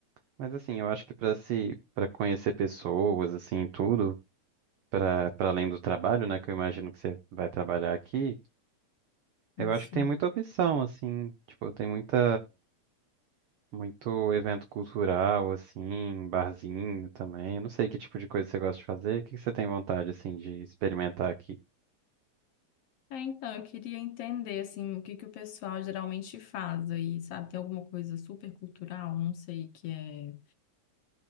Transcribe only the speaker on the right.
mas assim, eu acho que pra se, para conhecer pessoas, assim, tudo, pra para além do trabalho, né, que eu imagino que você vai trabalhar aqui, eu
acho que tem muita opção, assim, tipo, tem muita muito evento cultural, assim, barzinho também. Eu não sei que tipo de coisa você gosta de fazer. O que que você tem vontade, assim, de experimentar aqui?